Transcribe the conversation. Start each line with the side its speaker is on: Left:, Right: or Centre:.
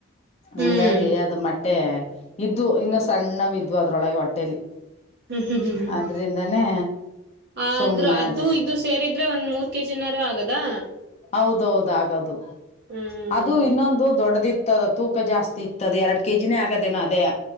Right: ಹ್ಮ್
Left: ಹಂಗಾಗಿ ಅದು ಮಟ್ ಮಟ್ಟೆ ಇದ್ವು ಇನ್ನು ಸಣ್ಣವ್ ಇದ್ವು ಅದ್ರೊಳಗೆ ಹೊಟ್ಟೇಲಿ.
Right: ಹ್ಮ್ ಹ್ಮ್ ಹ್ಮ್
Left: ಅದ್ರಿಂದಾನೇ
Right: ಹ್ಮ್ ಆದ್ರೂ
Left: ಸುಮ್ನಾದ್ವಿ
Right: ಅದು ಇದು ಸೇರಿದ್ರೆ ಒಂದ್ ಮೂರ್ ಕೆಜಿನಾರ ಆಗದ್ ದಾ
Left: ಹೌದೌದ್ ಆಗದು
Right: ಹ್ಮ್
Left: ಅದು ಇನ್ನೊಂದು ದೊಡ್ಡದಿ ಇತ್ತದ ತೂಕ ಜಾಸ್ತಿ ಇತ್ತದೆ ಎರಡ್ ಕೆಜಿನೇ ಆಗದೇನ ಅದೇಯ